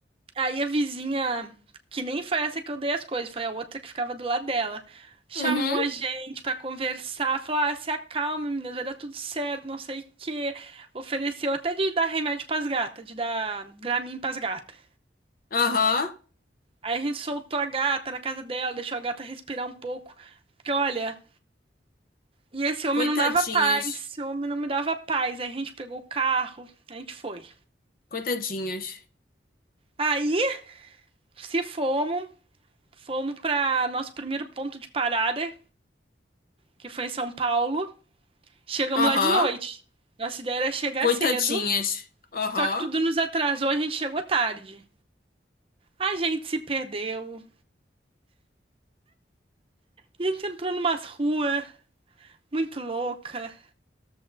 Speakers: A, on the right; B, on the left.
A: Aí a vizinha, que nem foi essa que eu dei as coisas, foi a outra que ficava do lado dela. Chamou
B: Uhum,
A: a gente pra conversar, falou: ah, se acalma, meninas, vai dar tudo certo, não sei o quê. Ofereceu até de dar remédio pras gatas, de dar Dramin pras gatas.
B: aham,
A: Aí a gente soltou a gata na casa dela, deixou a gata respirar um pouco. Porque olha, e esse homem
B: coitadinhas,
A: não dava paz, esse homem não me dava paz. Aí a gente pegou o carro, a gente foi.
B: coitadinhas.
A: Aí se fomos. Fomos para nosso primeiro ponto de parada, que foi em São Paulo. Chegamos
B: Aham,
A: lá de noite. Nossa ideia era chegar
B: coitadinhas,
A: cedo,
B: aham.
A: só que tudo nos atrasou, a gente chegou tarde. A gente se perdeu. A gente entrou numa rua muito louca.